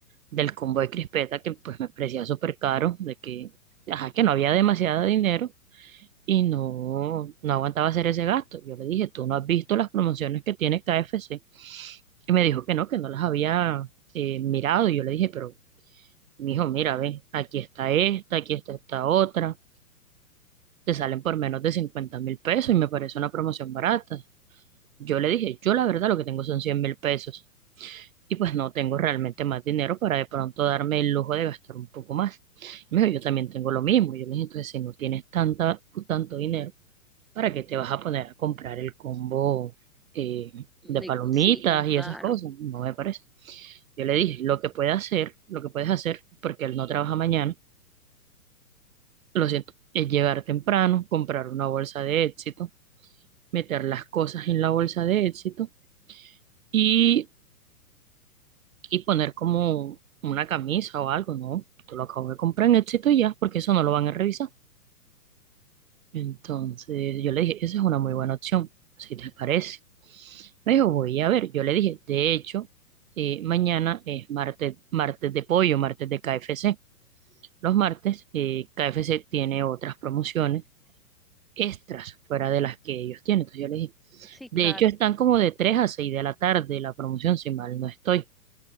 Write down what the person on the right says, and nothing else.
del combo de crispeta que pues me parecía súper caro, de que, ajá, que no había demasiado dinero y no, no aguantaba hacer ese gasto. Yo le dije, ¿tú no has visto las promociones que tiene KFC? Y me dijo que no, que no las había eh, mirado. Y yo le dije, pero Mijo, mira, ve, aquí está esta, aquí está esta otra. Te salen por menos de cincuenta mil pesos y me parece una promoción barata. Yo le dije, yo la verdad lo que tengo son cien mil pesos. Y pues no tengo realmente más dinero para de pronto darme el lujo de gastar un poco más. Y me dijo, yo también tengo lo mismo. Yo le dije, entonces si no tienes tanta, tanto dinero, ¿para qué te vas a poner a comprar el combo eh, de
palomitas
y esas cosas? No me parece. Yo le dije, lo que puede hacer, lo que puedes hacer, porque él no trabaja mañana lo siento, es llegar temprano, comprar una bolsa de éxito, meter las cosas en la bolsa de éxito y, y poner como una camisa o algo, ¿no? Tú lo acabo de comprar en éxito y ya, porque eso no lo van a revisar. Entonces yo le dije, esa es una muy buena opción, si te parece. Me dijo, voy a ver. Yo le dije, de hecho, eh, mañana es martes, martes de pollo, martes de KFC. Los martes, eh, KFC tiene otras promociones extras fuera de las que ellos tienen. Entonces yo les dije,
de hecho están como de 3 a 6 de la tarde la promoción, si mal no estoy.